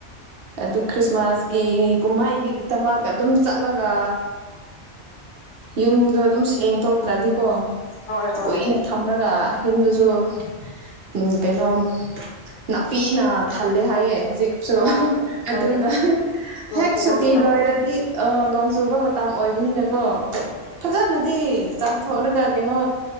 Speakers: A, on the right; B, on the left.
A: ꯑꯗꯨ ꯈ꯭ꯔꯤꯁꯃꯥꯁꯀꯤ ꯀꯨꯝꯍꯩꯒꯤꯗꯃꯛ ꯑꯗꯨꯝ ꯆꯠꯂꯒ ꯌꯨꯝꯗꯣ ꯑꯗꯨꯝ ꯁꯦꯡꯊꯣꯛ ꯇ꯭ꯔꯗꯤꯀꯣ
B: ꯍꯣꯏ ꯍꯣꯏ
A: ꯀꯣꯏꯅ ꯊꯝꯂꯒ ꯌꯨꯝꯗꯨꯁꯨ ꯎꯝ ꯀꯩꯅꯣꯝ ꯅꯥꯄꯤꯅ ꯊꯜꯂꯦ ꯍꯥꯏꯌꯦ ꯍꯧꯖꯤꯛꯁꯨ
B: ꯑꯣ
A: ꯑꯗꯨꯅ
B: ꯍꯣꯏꯅꯦ ꯅꯣꯡ
A: ꯍꯦꯛ
B: ꯆꯨꯕ
A: ꯁꯨꯇꯤ
B: ꯃꯇꯝ
A: ꯂꯣꯏꯔꯗꯤ
B: ꯑꯣꯏꯕꯒꯤ
A: ꯆꯨꯕ ꯃꯇꯝ ꯑꯣꯏꯕꯅꯤꯅꯀꯣ ꯐꯖꯅꯗꯤ ꯆꯥꯝꯊꯣꯛꯂꯒ ꯀꯩꯅꯣ